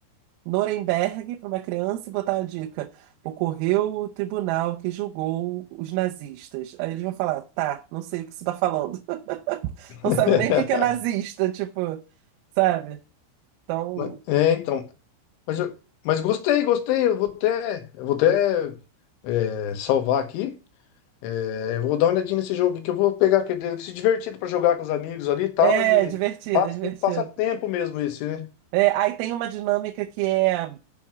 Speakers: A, on the right; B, on the left.
A: Nuremberg para uma criança e botar uma dica. Ocorreu o tribunal que julgou os nazistas. Aí eles vão falar, tá, não sei o que você tá falando. <laughs>
B: <laughs>
A: Não sabe nem o que que é nazista, tipo, sabe? Então,
B: Mas- É, então, mas, eu- mas gostei, gostei, eu vou até, eu vou até é, salvar aqui. É, Eu vou dar uma olhadinha nesse jogo aqui, que eu vou pegar, que deve ser divertido pra jogar com os amigos ali e tal.
A: é
B: Ele
A: divertido,
B: passa,
A: é divertido.
B: passa tempo mesmo esse, né?
A: É, aí tem uma dinâmica que é.